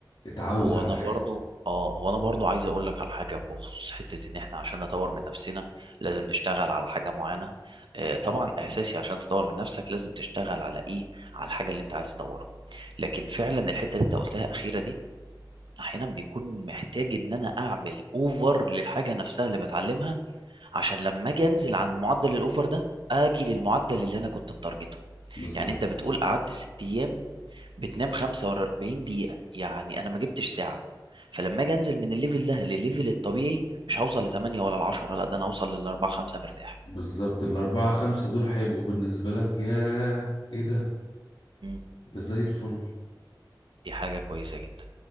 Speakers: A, on the left; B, on the right.
A: اتعود
B: هو
A: على
B: انا
A: الحاجة
B: برضو اه هو انا برضو عايز اقول لك على حاجه بخصوص حته ان احنا عشان نطور من نفسنا لازم نشتغل على حاجه معينه آه طبعا اساسي عشان تطور من نفسك لازم تشتغل على ايه على الحاجه اللي انت عايز تطورها لكن فعلا الحته اللي انت قلتها اخيره دي احيانا بيكون محتاج ان انا اعمل اوفر للحاجه نفسها اللي بتعلمها عشان لما اجي انزل عن معدل الاوفر ده اجي للمعدل اللي انا كنت متارجته
A: بالظبط
B: يعني انت بتقول قعدت ست ايام بتنام 45 دقيقة يعني أنا ما جبتش ساعة فلما أجي أنزل من الليفل ده للليفل الطبيعي مش هوصل ل 8 ولا ل 10 لا ده أنا هوصل لل 4 5 مرتاح
A: بالظبط الاربعة خمسة دول هيبقوا بالنسبة لك ياه ايه ده
B: مم.
A: ده زي الفل
B: دي حاجة كويسة جدا